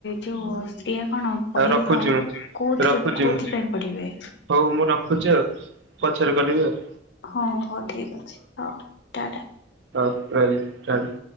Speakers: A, on the left; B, on the right.
A: ଯେଉଁ ଶ୍ରୀଆ। ପଢିବେ
B: ଆଉ ରଖୁଛି
A: କଣ
B: ମୁଁ।
A: କୋଉଥିରେ
B: ରଖୁଛି
A: କୋଉଥିପାଇଁ
B: ମୁଁ
A: ପଢିବେ।
B: ହଉ ମୁଁ ରଖୁଛି ଆଉ ପଛରେ କରିବି ଆଉ।
A: ହଁ ହଉ ଠିକ ଅଛି ହଉ ଟାଟା।
B: ହଉ ରହିଲି। ଚାଲ।